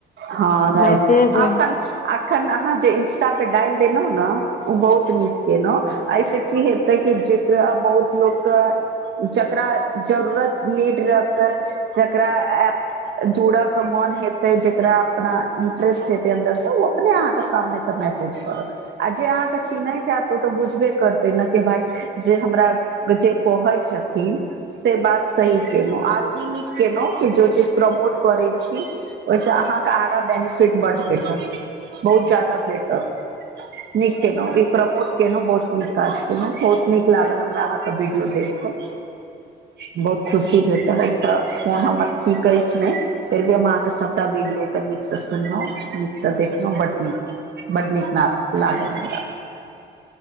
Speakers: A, on the right; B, on the left.
A: हँ राइट
B: मैसेज
A: आ
B: हँ
A: अखन अहाँ जे इंस्टा पे डाल देलहुँ ने ओ बहुत नीक केलहुँ ऐसे की हेतै कि जेकरा बहुत लोक के जेकरा जरूरत नीट रहते जेकरा अफ जोड़ के मन हेतै जे जेकरा अपना इंटरेस्ट हेतै अन्दर से ओ अपने आहाँके सामने से मैसेज करत आ जे अहाँके चिन्हैत तो तऽ बुझबे करते ने कि भाय जे हमरा जे कहै छथिन से बात सही केलहुँ आर ई नीक केलहुँ कि जो चीज प्रमोट करैत छी ओहिसँ अहाँके आगाँ बेनेफिट बड्ड भेटत बहुत ज्यादा भेटत
B: <unintelligible>
A: नीक केलहु ई प्रमोट केलहुँ बहुत नीक काज केलहुं बहुत नीक लागल हमरा अहाँके वीडियो देख के
B: <inaudible>
A: बहुत खुशी भेटल अ तऽ फोन हमर ठीक ऐछ नहि फेर भी हम आहाँ के सबटा वीडियो के नीक से सुनलहुं नीक से देखलहुं बड़ नीक बड नीक नथ लागल हमरा